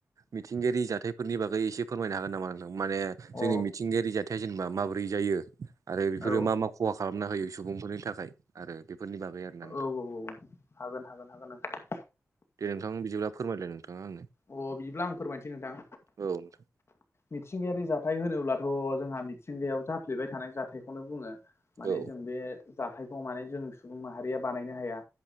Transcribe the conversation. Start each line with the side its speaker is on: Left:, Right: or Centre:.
Right: मिथिंगायारि जाथायफोरनि बागै एसे फोरमायनो हागोन नामा नों माने
Left: अ औ
Right: जोंनि मिथिंगायारि जाथाया जेनेबा माबोरै जायो आरो बेफोरो
Left: औ
Right: मा मा खहा खालामना होयो सुबुंफोरनि थाखाय आरो बेफोरनि बागै आरोना नोंथां
Left: औ-औ-औ हागोन हागोन हागोन नोंथां
Right: दे नोंथां बिदिब्ला फोरमायलाय नोंथाङा आंनो
Left: अ बिदिब्ला आं फोरमायनोसै नोंथां
Right: औ नोंथां
Left: मिथिंगायारि जाथाय होनोब्लाथ' जोंहा मिथिंगायाव जाफ्लेबाय थानाय जाथायखौनो बुङो माने
Right: औ
Left: जों बे जाथायखौ माने जों सुबुं माहारिया बानायनो हाया